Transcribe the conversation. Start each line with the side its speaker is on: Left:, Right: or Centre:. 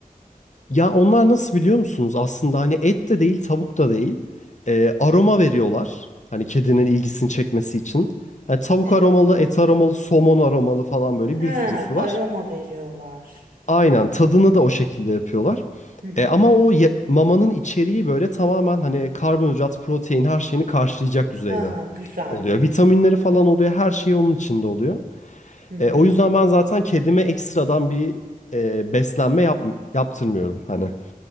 Left: Ya onlar nasıl biliyor musunuz? Aslında hani et de değil, tavuk da değil. Ee, aroma veriyorlar. Hani kedinin ilgisini çekmesi için. Hani tavuk
Right: Evet.
Left: aromalı, et aromalı, somon aromalı falan böyle
Right: Ha,
Left: bir sürüsü var.
Right: aroma veriyorlar.
Left: Aynen tadını da o şekilde yapıyorlar.
Right: Hı hı.
Left: E, ama o ya- mamanın içeriği böyle tamamen hani karbonhidrat, protein her şeyini karşılayacak düzeyde
Right: Ha, güzel.
Left: oluyor. Vitaminleri falan oluyor. Her şey onun içinde oluyor.
Right: Hı hı.
Left: E, o yüzden ben zaten kedime ekstradan bir e, beslenme yap- yaptırmıyorum hani.